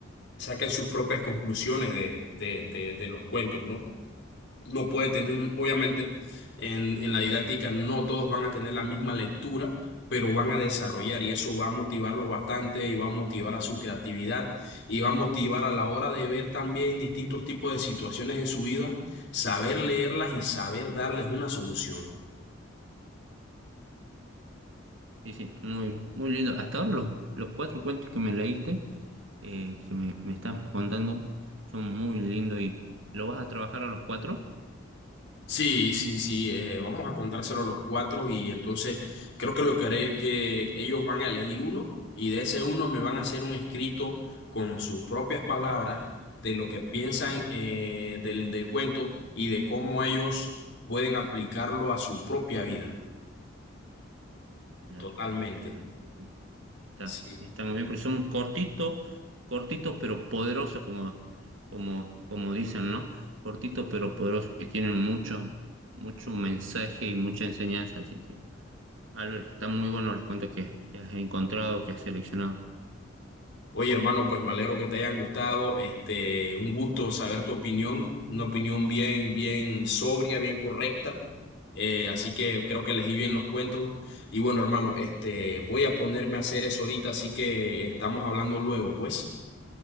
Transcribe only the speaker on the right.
Sí, sí, muy, muy lindo. Hasta ahora los, los cuatro cuentos que me leíste, eh, que me, me estás contando, son muy lindos y ¿lo vas a trabajar a los cuatro?
Claro,
claro. Mm. Está,
está muy bien, porque son cortitos, cortitos pero poderosos, como, como, como dicen, ¿no? Cortitos pero poderosos, que tienen mucho, mucho mensaje y mucha enseñanza, así que... Albert, están muy buenos los cuentos que, que has encontrado, que has seleccionado.